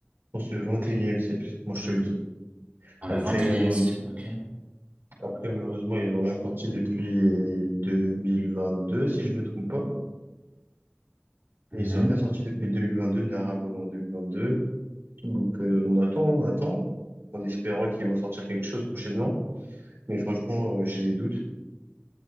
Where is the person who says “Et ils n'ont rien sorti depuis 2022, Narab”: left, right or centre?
Right